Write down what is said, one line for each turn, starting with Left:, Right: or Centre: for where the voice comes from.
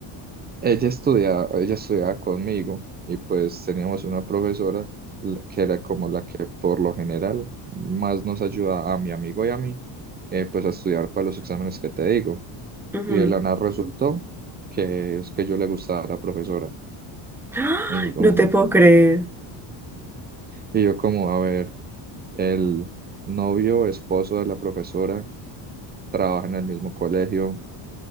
Right: Ella estudiaba, ella estudiaba conmigo y pues teníamos una profesora l- que era como la que por lo general más nos ayuda a mi amigo y a mí eh, pues a estudiar para los exámenes que te digo.
Centre: Ujú.
Right: Y de la nada resultó que es que yo le gustaba a la profesora.
Centre: ¡Ah!
Right: Y yo como,
Centre: No te puedo creer.
Right: y yo como, a ver, el novio, esposo de la profesora, trabaja en el mismo colegio,